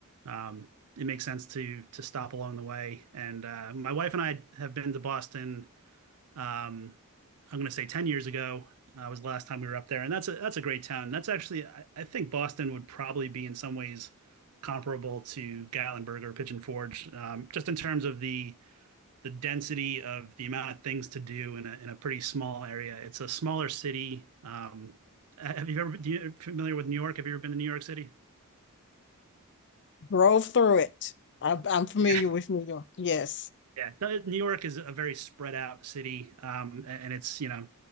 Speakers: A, on the right; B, on the left.
A: um, it makes sense to to stop along the way. And uh, my wife and I have been to Boston. Um, I'm gonna say 10 years ago uh, was the last time we were up there, and that's a that's a great town. That's actually I, I think Boston would probably be in some ways comparable to Gatlinburg or Pigeon Forge, um, just in terms of the the density of the amount of things to do in a in a pretty small area. It's a smaller city. Um, have you ever been you familiar with New York? Have you ever been to New York City?
B: drove through it. I, I'm familiar
A: Yeah,
B: with New York. Yes.
A: <laughs> yeah. New York is a very spread out city, um, and it's you know